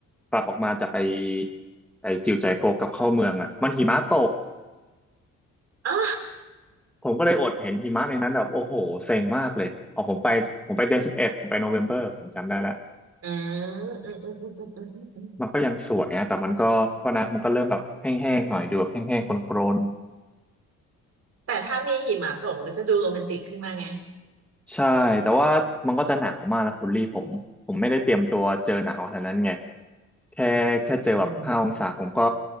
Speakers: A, in the centre; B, on the right (about 55°).
A: กลับออกมาจากไอไอจิวใจโกกลับเข้าเมืองอะมันหิมะตก
B: อ๋อ
A: ผมก็เลยอดเห็นหิมะในนั้นแบบโอ้โหเซ็งมากเลยอ๋อผมไปผมไปเดือนสิบเอ็ดผมไปโนเวมเบอร์ผมจำได้แล้ว
B: อืมอืมอืมอืมอืมอืมอืม
A: มันก็ยังสวยนะแต่มันก็ก็นะมันก็เริ่มแบบแห้งๆหน่อยดูแบบแห้งๆโกรน
B: แต่ถ้ามีหิมะตกมันก็จะดูโรแมนติกขึ้นมาไง
A: ๆใช่ แต่ว่ามันก็จะหนาวมากนะคุณลี่ผม ผมไม่ได้เตรียมตัวเจอหนาวขนาดนั้นไง แค่แค่เจอแบบห้าองศาผมก็
B: อืม